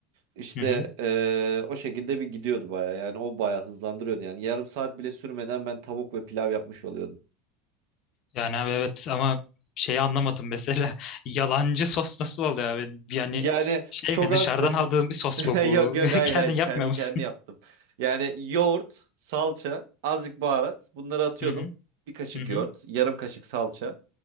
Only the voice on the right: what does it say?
İşte
eee, o şekilde bir gidiyordu baya yani o baya hızlandırıyordu yani yarım saat bile sürmeden ben tavuk ve pilav yapmış oluyordum.
Yani
çok
az
<laughs>
yok yok
hayır
hayır
kendi
kendi yaptım. Yani yoğurt, salça, azıcık baharat bunları atıyordum.
Bir kaşık
yoğurt, yarım kaşık salça.